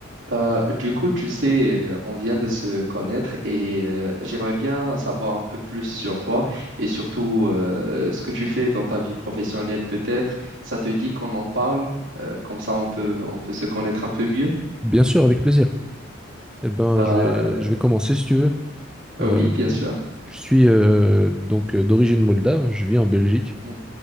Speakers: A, on the right; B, in the centre.
A: Bah, du coup, tu sais, euh, on vient de se connaître et euh, j'aimerais bien savoir un peu plus sur toi et surtout euh, ce que tu fais dans ta vie professionnelle peut-être. Ça te dit qu'on en parle, euh, comme ça on peut, on peut se connaître un peu mieux.
B: Bien sûr, avec plaisir. Eh ben,
A: Bah,
B: je vais,
A: euh,
B: je vais commencer si tu veux.
A: ah
B: Euh,
A: oui, bien sûr.
B: je suis euh, donc euh, d'origine moldave, je vis en Belgique
A: Mm.